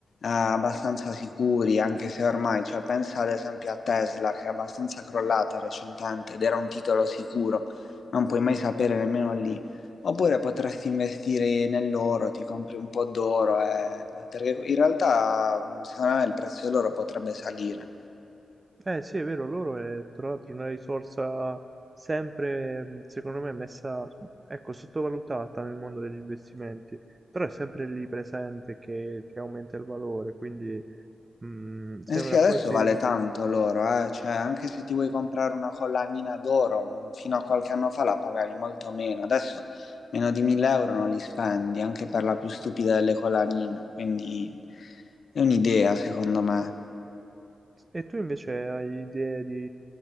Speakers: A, on the left; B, on the right.
A: abbastanza sicuri, anche se ormai, cioè, pensa ad esempio a Tesla che è abbastanza crollata recentemente ed era un titolo sicuro, non puoi mai sapere nemmeno lì. Oppure potresti investire nell'oro, ti compri un po' d'oro, eh, perché in realtà secondo me il prezzo dell'oro potrebbe salire.
B: Eh sì, è vero, loro è tra l'altro una risorsa sempre, mh, secondo me, messa, ecco, sottovalutata nel mondo degli investimenti, però è sempre lì presente che, che aumenta il valore, quindi mh, sembra
A: Eh sì, adesso
B: quasi...
A: vale tanto l'oro, eh. Cioè, anche se ti vuoi comprare una collanina d'oro, mh, fino a qualche anno fa la pagavi molto meno, adesso meno di 1000 euro non li spendi, anche per la più stupida delle collanine, quindi è un'idea secondo me.
B: E tu invece hai idee di